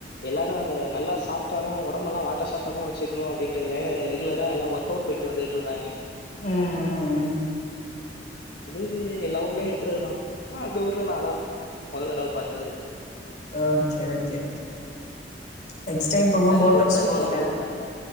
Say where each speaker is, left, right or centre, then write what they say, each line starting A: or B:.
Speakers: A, on the left; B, on the left.
A: எல்லாரு அங்க நல்லா சாப்ட்டாலு ஓடம்பெல்லா வாட்ட சாட்டமா வச்சுக்குணு அப்டின்றதுக்காக ரெகுலரா எல்லா ஒர்க் கவுட் போயிட்டு வந்துகிட்ருந்தாங்க
B: ம் ம் ம்
A: அது இது எல்லா ஊர்லயு இருக்குறதுதா அ அந்த ஊர்ல நா அதா நா மொததடவ பாத்தது
B: ஓகே ஓகே நெக்ஸ்ட் டைம் போம்போது
A: நெறைய
B: போட்
A: பேர்
B: ஹவுஸ்
A: பைக்ல
B: போங்க
A: வந்திருந்தாங்க